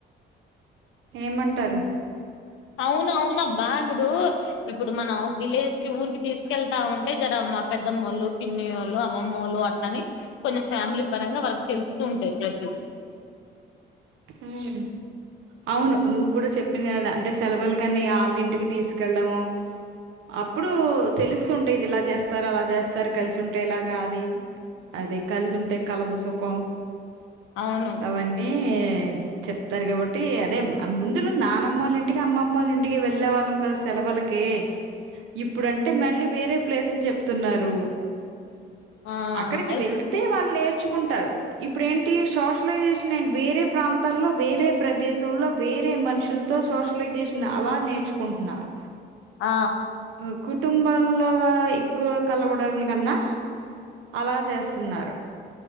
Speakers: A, on the right; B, on the left.
A: ఏమంటారు
B: అవును అవునా అబ్బా ఇప్పుడు, ఇప్పుడు మనం విలేజ్ కి ఊరికి తీసుకెళ్తా ఉంటే కదా, మా పెద్దమ్మళ్ళు పిన్ని వాళ్ళు అమ్మమ్మ వాళ్ళలు అట్లని కొంచెం ఫ్యామిలీ పరంగా వరకు తెలుస్తు ఉంటాయి. <unintelligible>
A: మ్మ్ అవును నువ్వు కూడా చెప్పింది అడ అంటే సెలవులు కానీ ఆళ్ళంటికి తీసుకెళ్ళడము, అప్పుడు తెలుస్తుంటా ఇది ఇలా చేస్తారు అలా చేస్తారు కలిసి ఉంటే ఇలాగా అది కలిసి ఉంటే కలదు సుఖం
B: అవును
A: అవన్నీ చెప్తారు కాబట్టి అదే ముందులో నా నాన్నమ్మళ్ళ ఇంటికి అమ్మమ్మళ్ళ ఇంటికి వెళ్ళే వాళ్ళం కదా సెలవులకి ఇప్పుడు అంటే మళ్ళీ వేరే ప్లేసులు చెప్తున్నారు
B: ఆ
A: అక్కడికి
B: అయి
A: వెళ్తే వాళ్ళు నేరు నేర్చుకుంటారు ఇప్పుడ ఏంటి సోషలైజేషన్ అండ్ వేరే ప్రా ప్రదేశం లో వేరే మనుషులతో సోషలైజేషన్ అలా నేర్చుకుంటున్నారు
B: ఆ
A: ఆ, కుటుంబంలో ఎక్కువ కలవడం కన్నా అలా చేస్తున్నారు